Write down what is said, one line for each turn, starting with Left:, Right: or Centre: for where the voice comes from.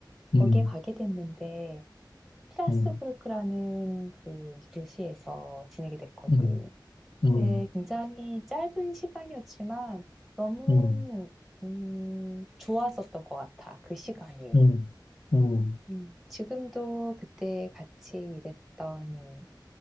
Left: 음,
Centre: 거기에 가게 됐는데 스트라스부르크라는
Left: 음,
Centre: 그 이제 도시에서 지내게 됐거든.
Left: 음, 음,
Centre: 근데 굉장히 짧은 시간이었지만 너무
Left: 음,
Centre: 음, 좋았었던 것 같아. 그 시간이.
Left: 음, 음,
Centre: 음, 지금도 그때 같이 일했던